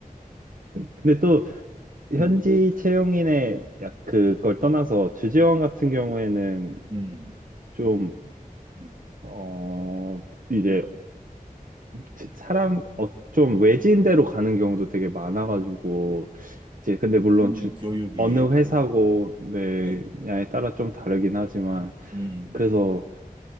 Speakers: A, on the right; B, on the right.
A: 근데 또
B: 음,
A: 현지 채용인의 약 그걸 떠나서 주재원 같은 경우에는
B: 음,
A: 좀,
B: 음.
A: 어, 이제 지- 사람 어, 좀 외진 데로 가는 경우도 되게 많아가지고 이제 근데 물론
B: 그러면
A: 주,
B: 교육이
A: 어느 회사고
B: 또, 네.
A: 냐에 따라 좀 다르긴 하지만
B: 음,
A: 그래서
B: 음,